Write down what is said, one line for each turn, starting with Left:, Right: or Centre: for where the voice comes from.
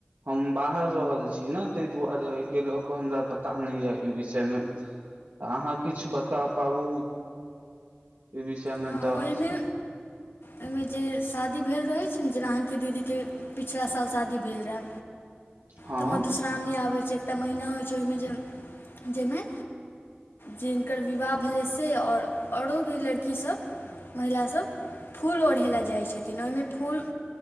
Right: हम बाहर रहल छी न तय दुआरे एहि के लौ क हमरा पता नै ये इ विषय में अहा किछ बता पाबू ई विषयमे
Left: हँ
Right: तऽ
Left: ओहिमे ओहिमे जे शादी भेल रहैत छैय ने जेना अहाँके दीदीके पिछिला साल शादी भेल रहए।
Right: हँ
Left: तऽ मधुश्रावणी आबैत छैय एकटा महीना होइ छैय ओहिमे जे जहिमे जिनकर विवाह भेलै से और ओरो भी लड़कीसभ। महिलासभ फूल ओढ़य लेल जाइत छथिन ओहिमे फूल